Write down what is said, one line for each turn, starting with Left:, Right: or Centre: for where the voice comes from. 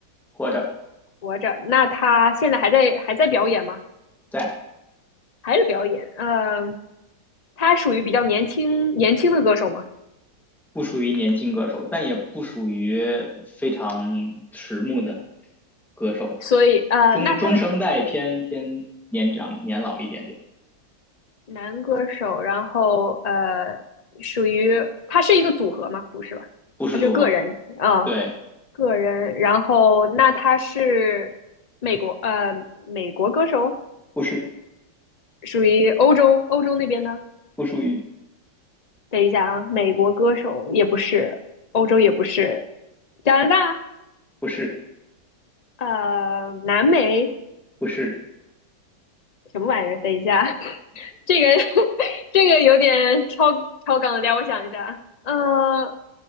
Centre: 活着，
Left: 活着。那他现在还在还在表演吗？
Centre: 在。
Left: 还是表演？嗯、呃他属于比较年轻年轻的歌手嘛。
Centre: 不属于年轻歌手，但也不属于非常迟暮的歌手，
Left: 所以呃，
Centre: 中中生代偏偏年长年老一点点，
Left: 那他的男歌手，然后呃，属于他是一个组合吗？不是吧？
Centre: 不是组合，
Left: 他是个人啊、
Centre: 对，
Left: 个人，然后那他是美国呃美国歌手，
Centre: 不是
Left: 属于欧洲欧洲那边的。
Centre: 不属于，
Left: 等一下啊，美国歌手也不是，欧洲也不是，加拿大
Centre: 不是
Left: 呃南美
Centre: 不是
Left: 什么玩意儿？等一下，<laughs> 这个 <laughs> 这个有点超超纲了点，等我想一下，啊，呃，